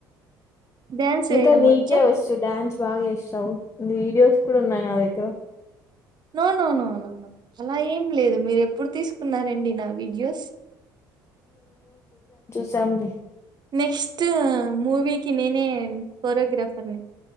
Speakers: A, on the right; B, on the left.
A: డాన్స్
B: ఇంకా
A: వేయడం
B: నీకే
A: వచ్చా
B: వచ్చు డ్యాన్స్ బాగా వేస్తావ్ వీడియోస్ కూడా ఉన్నాయి నా దగ్గర
A: no no no no no అలా ఏం లేదు మీరు ఎప్పుడు తీసుకున్నారండి నా వీడియోస్
B: చాలే
A: నెక్స్ట్ మూవికి నేనే కోరీయోగ్రాఫర్ని